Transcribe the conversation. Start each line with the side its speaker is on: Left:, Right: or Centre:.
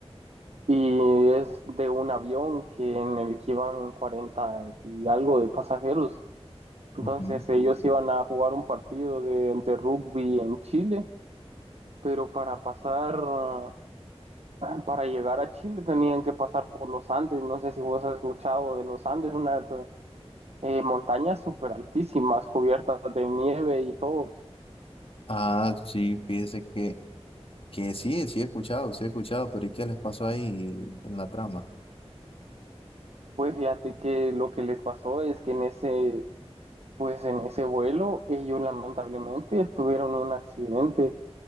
Right: y es de un avión que en el que iban 40 y algo de pasajeros. Entonces
Left: ujú.
Right: ellos iban a jugar un partido de, de rugby en Chile, pero para pasar, ah, para llegar a Chile tenían que pasar por los Andes. No sé si vos has escuchado de los Andes, unas eh, montañas súper altísimas, cubiertas de nieve y todo.
Left: Ah, sí, fíjese que, que sí, sí he escuchado, sí he escuchado, pero ¿y qué les pasó ahí en la trama?
Right: Pues fíjate que lo que les pasó es que en ese, pues en ese vuelo ellos lamentablemente tuvieron un accidente